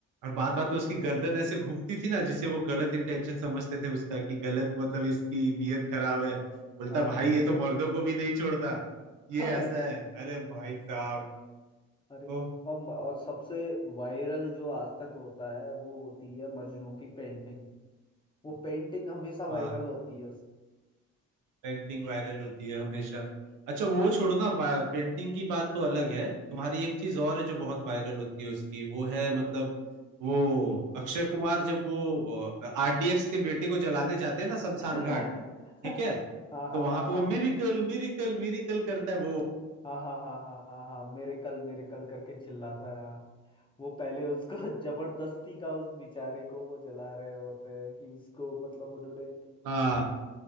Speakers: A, on the right; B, on the left.
A: बात
B: हाँ
A: बात में उसकी गर्दन ऐसे घूमती थी ना जिसे वो गलत इंटेंशन समझते थे उसका कि गलत मतलब इसकी नीयत खराब है बोलता
B: हाँ
A: भाई ये तो मर्दों को भी नहीं छोड़ता ये
B: <laughs>
A: ऐसा है अरे भाई साहब
B: अरे
A: ओह
B: और, और सबसे वायरल जो आज तक होता है वो होती है मजनू की पेंटिंग वो पेंटिंग हमेशा
A: हाँ
B: वायरल होती है उस
A: पेंटिंग वायरल होती है हमेशा अच्छा वो छोड़ो ना पेंटिंग की बात तो अलग है तुम्हारी एक चीज और है जो बहुत वायरल होती है उसकी वो है मतलब वो अक्षय कुमार जब वो आरडीएक्स के बेटे को जलाने जाते हैं ना शमशान
B: <laughs>
A: घाट
B: हाँ
A: ठीक है
B: हाँ
A: तो वहां
B: हाँ
A: पे
B: हाँ
A: वो मिरिकल मिरिकल मिरिकल करता है वो
B: हाँ हाँ हाँ हाँ हाँ हाँ मेरे कल मेरे कल करके चिल्लाता है हाँ। वो पहले उसको <laughs> जबरदस्ती का उस बेचारे को वो जला रहे होते हैं कि उसको मतलब उन्होंने
A: हाँ